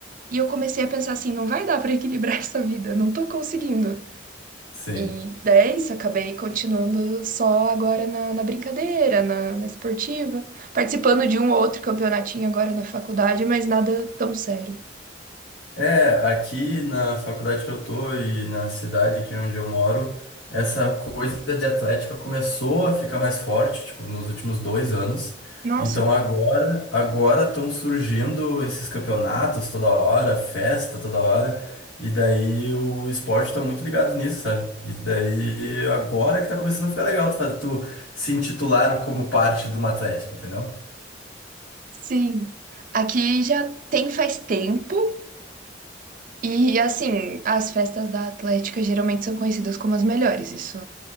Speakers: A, on the right; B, on the left.
A: e eu comecei a pensar assim, não vai dar para equilibrar <laughs> essa vida, não tô conseguindo.
B: sim.
A: E daí é isso, acabei continuando só agora na, na brincadeira, na, na esportiva, participando de um ou outro campeonatinho agora na faculdade, mas nada tão sério.
B: É, aqui na faculdade que eu tô e na cidade aqui onde eu moro, essa coisa de atlética começou a ficar mais forte, tipo, nos últimos dois anos.
A: Nossa,
B: Então agora, agora estão surgindo esses campeonatos toda hora, festa toda hora, e daí o esporte tá muito ligado nisso, sabe? E daí agora que tá começando a ficar legal tu, faz- tu se intitular como parte de uma atlética, entendeu?
A: Sim, aqui já tem faz tempo e assim, as festas da Atlética geralmente são conhecidas como as melhores, isso